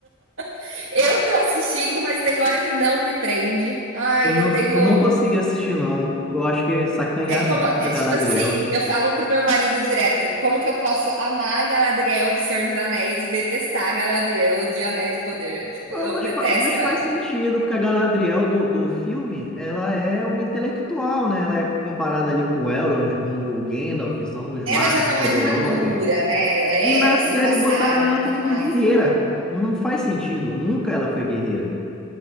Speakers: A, on the right; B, in the centre.
A: <laughs> eu tô assistindo, mas tem hora que não me prende. Ai,
B: Eu não,
A: eu tenho
B: eu não consegui assistir, não. Eu acho que sacanearam
A: É como,
B: muito com
A: é
B: a
A: tipo
B: Galadriel.
A: assim, eu falo pro meu marido direto, como que eu posso amar a Galadriel de Senhor dos Anéis e detestar a Galadriel de Anéis do Poder? Tipo,
B: Não,
A: eu
B: mas,
A: detesto
B: fa- mas faz
A: ela.
B: sentido, porque a Galadriel do, do filme, ela é uma intelectual, né? Ela é comparada ali com o Elrond, com o Gandalf, que são os magos
A: Ela já tá mais
B: poderosos.
A: madura, né?
B: E na
A: Eras
B: série
A: se passaram
B: botaram ela
A: e tudo
B: como
A: mais.
B: guerreira. Não faz sentido. Nunca ela foi guerreira.